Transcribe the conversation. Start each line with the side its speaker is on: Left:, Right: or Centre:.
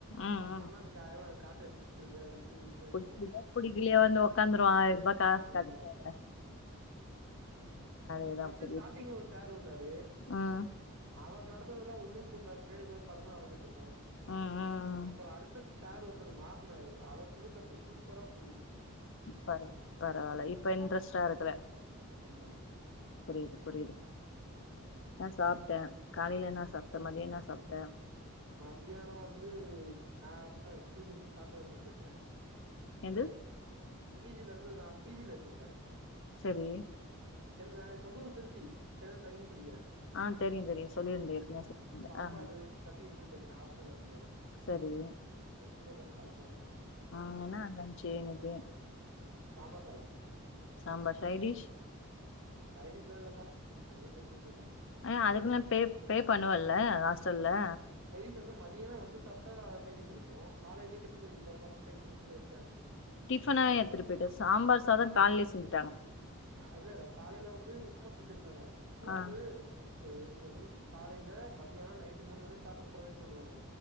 Left: ம்
Right: இருங்க வரலன்னா
Left: ம்
Right: நீங்க ஆயிரவா காச எடுத்து வெச்சிருங்க அப்டினு ஃபைன்
Left: புடிக்குதோ
Right: போடுறோ நாங்க
Left: புடிக்கலையோ வந்து உக்காந்துருவா ஆயிரூபா காசு
Right: ஆமா
Left: கெடைக்காது அதேதா
Right: ஃபஸ்ட்டு
Left: புரியுது
Right: ஸ்டாடிங்ல ஒரு சார் வந்தாரு
Left: ம்
Right: அவர் நடத்துதுலா ஒன்னு புரில பின்னாடி ஒக்காந்து படத்த வரஞ்சிட்டு இருப்பே
Left: ம் ம்
Right: அப்பற அடுத்த ஸ் சார் ஒருத்தர் மாற்னாரு அவர் சொல்லி தரது சூப்பரா புரியுது ச
Left: பர பரவால இப்ப இன்ட்ரெஸ்ட்டா இருக்குற
Right: ஆமா
Left: புரியுது புரியுது
Right: ம்
Left: நா சாப்ட்டே காலைல என்னா சாப்ட மதிய என்ன சாப்ட
Right: மதியானோ வந்து நா பீஜ்லருந்து சாப்பாடு எடுத்துட்டு போயி ட்டே
Left: எது
Right: பீ ஜில இருந்து நா பீ ஜில இருக்கேங்க்கா இப்போ
Left: சரி
Right: என் சொந்த ஊர் திருச்சி சென்னையில் தங்கி படிக்குறே
Left: ஆ தெரியு தெரியு சொல்லிருந்தே ஏற்கனவே சொல்ல
Right: சாப்பாடு
Left: ஆ
Right: கட்டி எடுத்துட்டு ஹாஸ்டல்ல இருந்து
Left: சரி
Right: ஃப்ரெண்ட்ஸ் கூட உக்காந்து சாப்டோ
Left: அ என்ன அங்க இருந்துச்சு எனக்கு
Right: சாம்பார் சாதோ
Left: சாம்பார் சைடிஷ்
Right: சைடிஸ்லா இல்லக்கா அப்டியே எடுத்துட்டு போயிட்ட
Left: ஏ அதுக்குல்ல பே பே பண்ணுவல்ல ஆஷ் ட்டல்ல
Right: க்குன்னு மதியானோ வந்து சாப்டா சைடிச்சு இருக்கு காலைலயே டிஃப்பன் கட்டிட்டு போற மாரி இருந் சைடிஷ் ஒரு நேரத்துல இருக்காது
Left: டிஃப்பனா எத்துட்டு போயிட்டு சாம்பார் சாதோ கால்லயே செஞ்சு
Right: அல்ல அல்ல காலைல வந்து உப் உப்மா செஞ்சுருந்தாங்க அதாவது
Left: ஆ
Right: <unintelligible> காலைல மதியானோ நைட்டு மூனு வேலையு சாப்புட புரொவைட் பண்ணுவாங்க